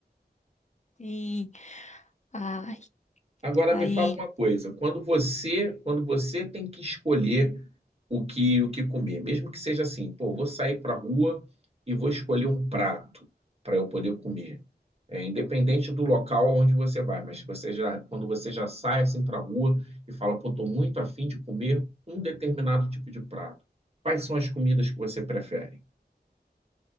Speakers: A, on the left (about 45°); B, on the right (about 35°).
A: Sim. Ai,
B: Agora
A: aí.
B: me fala uma coisa, quando você, quando você tem que escolher o que o que comer, mesmo que seja assim, pô, vou sair para a rua e vou escolher um prato para eu poder comer. É, independente do local onde você vai, mas você já, quando você já sai assim para a rua e fala, pô, tô muito afim de comer um determinado tipo de prato. Quais são as comidas que você prefere?